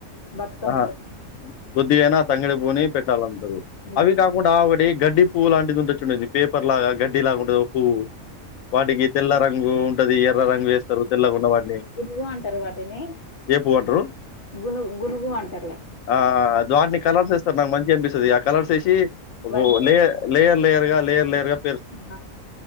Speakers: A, on the left; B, on the left.
A: బతుకమ్మలు
B: ఆ కొ ద్దిగైన తంగడి పోని పెట్టాలంటారు
A: ఉమ్.
B: అవి కాకుండా వాడే గడ్డి పువ్వు లాంటిది ఉంటది చూడండి పేపర్ లాగా ఉంటది ఒక పువ్వు వాటికి తెల్ల రంగు ఉంటది ఎర్ర రంగు వేస్తారు తెల్లగున్న వాటిని
A: గునుగు అంటారు వాటిని
B: ఏ పువ్వు అంటారు
A: గును గునుగు అంటారు
B: ఆ వాటిని కలర్స్ వేస్తారు నాకు మంచిగ అనిపిస్తుంది ఆ కలర్స్ వేసి
A: వాటిని
B: లే లేయర్ లేయర్ గా లేయర్ లేయర్గా
A: ఆ